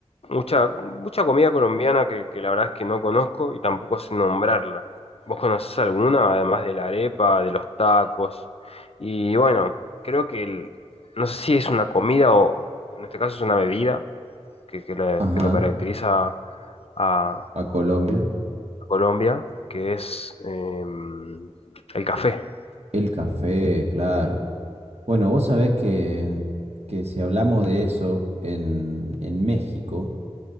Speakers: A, on the left; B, on the right.
A: mucha, mucha comida colombiana que, que la verdad es que no conozco y tampoco sé nombrarla. ¿Vos conocés alguna, además de la arepa, de los tacos? Y bueno, creo que el- no sé si es una comida o en este caso es una bebida que, que la-
B: ajá,
A: que lo caracteriza a
B: a Colombia.
A: Colombia, que es em, el café.
B: El café, claro. Bueno, vos sabés que, que si hablamos de eso en, en México,